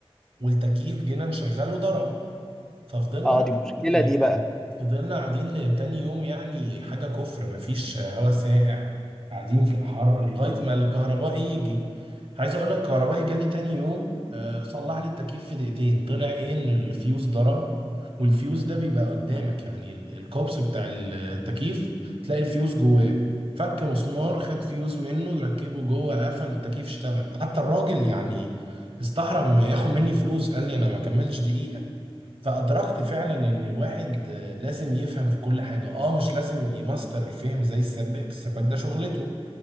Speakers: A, on the right (about 65°); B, in the centre.
A: والتكييف جينا نشغله ضرب ففضلنا
B: اه
A: قاعدين
B: دي مشكلة دي
A: لتاني
B: بقى
A: فضلنا قاعدين لتاني يوم يعني حاجة كفر مفيش هوا ساقع قاعدين في الحر لغاية ما الكهرباء يجي عايز اقول لك الكهربائي جالي تاني يوم آه، صلح لي التكييف في دقيقتين طلع ايه ان الفيوز ضرب والفيوز ده بيبقى قدامك يعني ال- الكوبس بتاع التكييف تلاقي الفيوز جواه فك مسمار خد فيوز منه ركبه جوه قفل التكييف اشتغل حتى الراجل يعني استحرم ياخد مني فلوس قال لي انا ما كملش دقيقة فأدركت فعلا إن الواحد لازم يفهم في كل حاجة آه مش لازم يماستر الفهم زي السباك السباك ده شغلته